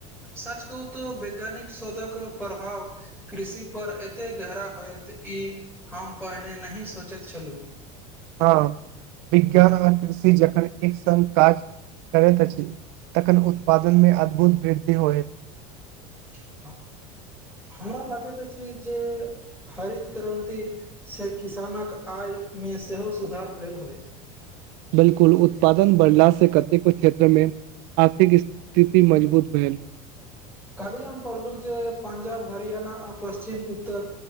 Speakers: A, in the centre; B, on the right (about 65°).
A: सच कहू तो वैज्ञानिक शोधक प्रभाव कृषि पर, एते गहरा होयत। ई हम पहिने नहि सोचैत छलहुँ।
B: हाँ, विज्ञान आ कृषि जखन एक संग काज करैत अछि। तखन उत्पादनमे अद्भुत वृद्धि होयत।
A: <unintelligible> हमरा लगैत अछि जे हरित क्रान्ति से, किसानक आय मे सेहो सुधार भेल होइत।
B: 'बिलकुल' उत्पादन बढ़ला से कतेको क्षेत्रमे आर्थिक स्थिति मजबूत भेल।
A: काल्हि हम पढ़लू जे, पंजाब, हरियाणा, आ पश्चिम उत्तर